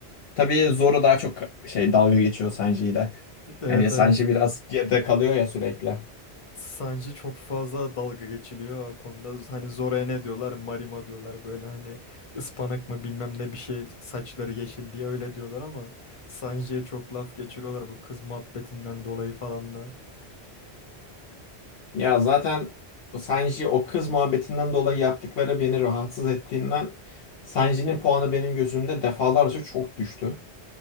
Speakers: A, on the left; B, on the left.
A: Tabii Zoro daha çok şey dalga geçiyor Sanji ile.
B: Evet
A: Hani Sanji
B: evet.
A: biraz geride kalıyor ya sürekli.
B: Sanji çok fazla dalga geçiliyor o konuda. Hani Zora'ya ne diyorlar? Marima diyorlar böyle hani ıspanak mı bilmem ne bir şey saçları yeşil diye öyle diyorlar ama Sanji'ye çok laf geçiriyorlar bu kız muhabbetinden dolayı falan da.
A: Ya zaten o Sanji o kız muhabbetinden dolayı yaptıkları beni rahatsız ettiğinden Sanji'nin puanı benim gözümde defalarca çok düştü.